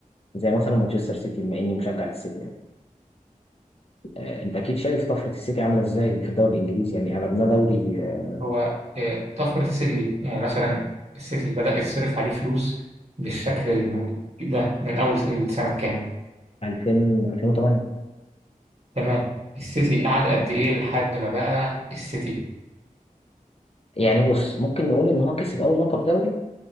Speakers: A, on the left; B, on the right.
A: زي مثلا مانشستر سيتي بما إني مشجع للسيتي يعني. آه، انت اكيد شايف طفره السيتي عامله ازاي في الدوري الانجليزي يعني قلبناه دوري آه،
B: هو آه، طفره السيتي دي يعني مثلا السيتي بدا يتصرف عليه فلوس بالشكل الم- ده من اول السنه كام
A: 2000 2008
B: تمام السيتي قعد قد ايه لحد ما بقى السيتي
A: يعني بص ممكن نقول ان هو كسب اول لقب دوري